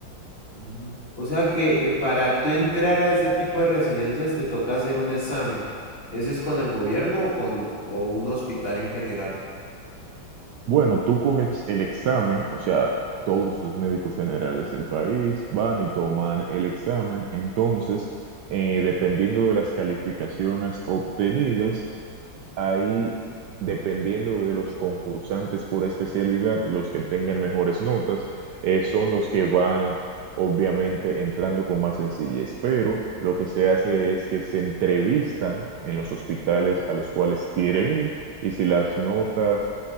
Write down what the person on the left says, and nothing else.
Mm. O sea que eh, para tú entrar a ese tipo de residencias te toca hacer un examen. ¿Ese es con el gobierno o con o un hospital en general?